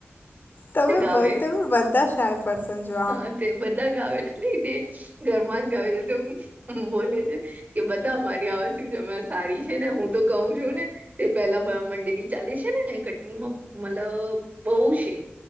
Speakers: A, on the left (about 50°); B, on the right (about 40°).
A: તમે
B: ગાવે.
A: બ બધા શાય પર્સન જો
B: હા તે બધા ગાવેલ તે ઘરમાંજ ગાવે છે તો બોલે છે. કે બધા અમારી અવાજુ જમ્યા સારી છે ને હું તો કહું છું ને. તે પેલા મંડેલી ચાલે છે ને કટનીમાં મતલબ બહઉુ છે.